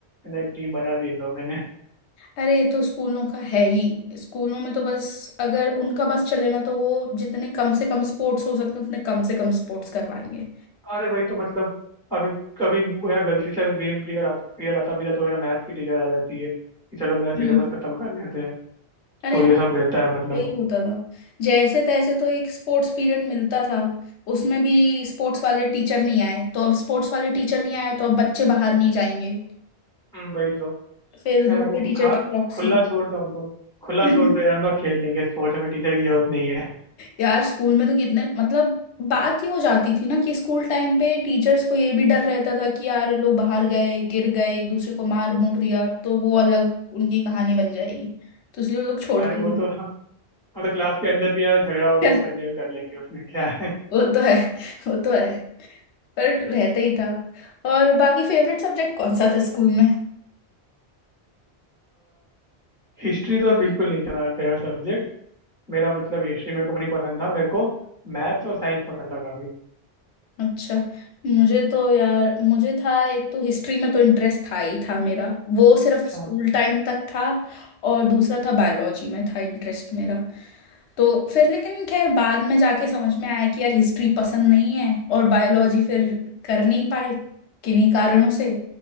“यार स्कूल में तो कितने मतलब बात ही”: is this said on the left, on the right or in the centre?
Left